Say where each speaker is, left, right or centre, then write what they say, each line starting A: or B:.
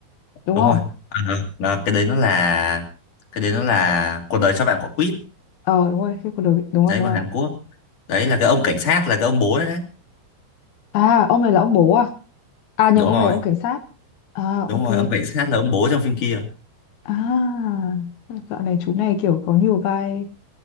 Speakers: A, on the left; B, on the left.
A: đúng
B: đúng
A: không?
B: rồi Ờ, ờ, là cái đấy nó là cái đấy nó là cuộc đời cho bạn quả quýt
A: Ờ đúng rồi, phim của đời, đúng rồi,
B: đấy
A: đúng
B: của
A: rồi.
B: Hàn Quốc đấy là cái ông cảnh sát là cái ông bố đấy đấy
A: À, ông này là ông bố à? À nhầm,
B: đúng
A: ông
B: rồi
A: này là ông cảnh sát. À,
B: đúng
A: ok.
B: rồi ông cảnh sát là ông bố trong phim kia
A: À, dạo này chú này kiểu có nhiều vai